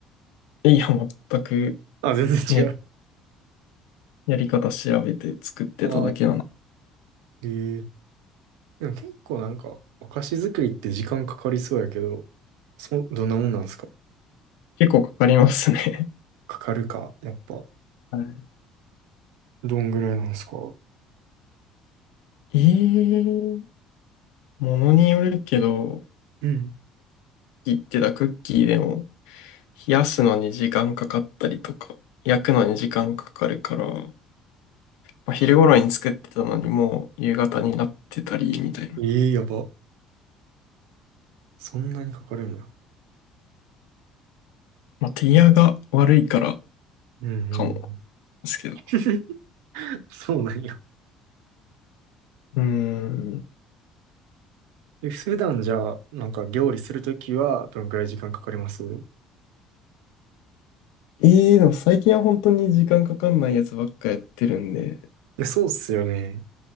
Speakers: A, on the left; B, on the right.
A: い。いや、全く
B: あ、全然違う。
A: ね、やり方調べて作ってただけなんで。
B: ああ、ええでも結構なんかお菓子作りって時間かかりそうやけど、そ、どんなもんなんですか
A: 結構かかりますね。
B: かかるか、やっぱ、
A: <laughs> はい。
B: どんぐらいなんですか
A: ええものによるけど、
B: うん。
A: 言ってたクッキーでも、冷やすのに時間かかったりとか、焼くのに時間かかるから、まあ、昼頃に作ってたのにもう夕方になってたり、みたいな。
B: ええやば。そんなにかかるんや。
A: まあ、手際が悪いから
B: うんうん。
A: かも、
B: <laughs>
A: ですけど。
B: そうなんや。
A: うーん。
B: え普段じゃあ、なんか料理するときはどのくらい時間かかります
A: ええでも最近は本当に時間かかんないやつばっかやってるんで、
B: え、そうっすよね。